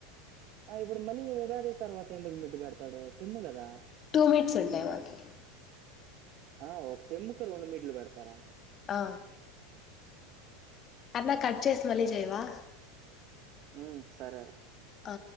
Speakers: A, on the right; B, on the left.
A: ఆ ఇప్పుడు మళ్ళీ ఉగాది తర్వాత ఎందుకు మిడ్డు పెడతాడు సెమ్ కదా
B: టూ మినిట్స్ ఉంటాయి మాకి
A: ఆ ఒక సెమ్ కు రెండు మిడ్లు పెడతారా
B: ఆ అట్ల కట్ చేసి మళ్ళీ చేయవా
A: ఊ సరే
B: ఆ